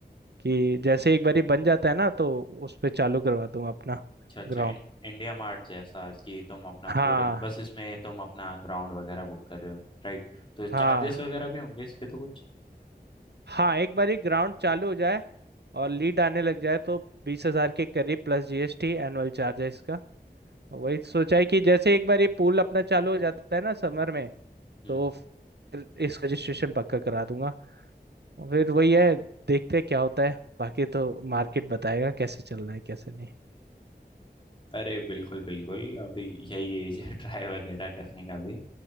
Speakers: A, on the right (about 75°); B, on the left (about 30°).
A: कि जैसे एक बार ही बन जाता है ना तो उस पे चालू करवा दूंगा अपना
B: अच्छा अच्छा
A: ग्राउंड
B: इं, इंडिया मार्ट जैसा कि तुम अपना
A: हाँ
B: प्रोडक्ट बस इसमें तुम अपना ग्राउंड वगैरह बुक कर रहे हो राइट तो चार्जेस
A: हाँ
B: वगैरह भी होंगे इसके तो कुछ
A: हाँ एक बार ही ग्राउंड चालू हो जाए और लीड आने लग जाए तो बीस हजार के करीब प्लस जीएसटी एनुअल चार्ज है इसका वही सोचा है कि जैसे एक बार ये पूल अपना चालू हो जाता है ना समर में
B: हम्म
A: तो
B: हम्म।
A: फिर इस रजिस्ट्रेशन पक्का करा दूंगा फिर वही है देखते हैं क्या होता है बाकी तो मार्केट बताएगा कैसे चलना है कैसे नहीं
B: अरे बिल्कुल बिल्कुल अभी यही एज है ट्राई वगैरह करने का भी